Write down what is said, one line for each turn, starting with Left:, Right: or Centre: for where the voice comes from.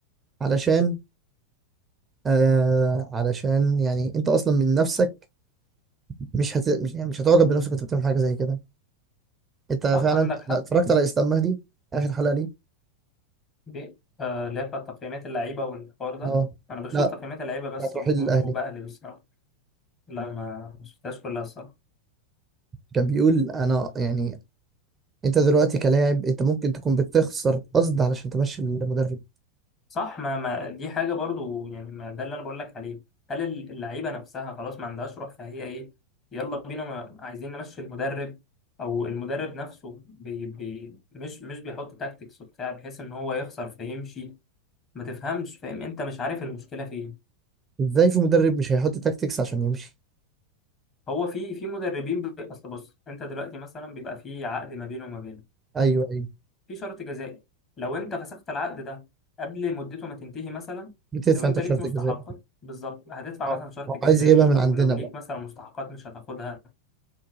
Right: علشان آه علشان يعني انت اصلا من نفسك مش هت... مش يعني مش هتعجب بنفسك وانت بتعمل حاجه زي كده انت
Left: صح
Right: فعلا
Left: عندك حق
Right: لا اتفرجت على اسلام مهدي اخر حلقه ليه
Left: دي آه لا تقييمات اللعيبة والحوار ده
Right: اه
Left: أنا بشوف
Right: لا
Left: تقييمات اللعيبة بس
Right: بتاعت
Left: و-
Right: رحيل الاهلي
Left: وبقلب الصراحة لا ما ما شفتهاش كلها الصراحة
Right: كان بيقول انا يعني انت دلوقتي كلاعب انت ممكن تكون بتخسر قصد علشان تمشي المدرب
Left: صح ما, ما دي حاجة برضو يعني ما ده اللي أنا بقول لك عليه هل اللعيبة نفسها خلاص ما عندهاش روح فهي إيه يلا بينا ما عايزين نمشي المدرب أو المدرب نفسه بي بي مش مش بيحط تاكتكس وبتاع بحيث إن هو يخسر فيمشي ما تفهمش فاهم أنت مش عارف المشكلة فين
Right: ازاي في مدرب مش هيحط تاكتكس عشان يمشي
Left: هو في في مدربين ب- أصل بص أنت دلوقتي مثلا بيبقى في عقد ما بينه وما بينه
Right: ايوه ايوه
Left: في شرط جزائي لو انت فسخت العقد ده قبل مدته ما تنتهي مثلا
Right: بتدفع
Left: لو انت
Right: انت شرط
Left: ليك مستحقات
Right: الجزاء
Left: بالظبط هتدفع
Right: اه
Left: مثلا شرط
Right: هو
Left: جزائي
Right: عايز يجيبها من
Left: او
Right: عندنا
Left: لو ليك
Right: بقى
Left: مثلا مستحقات مش هتاخدها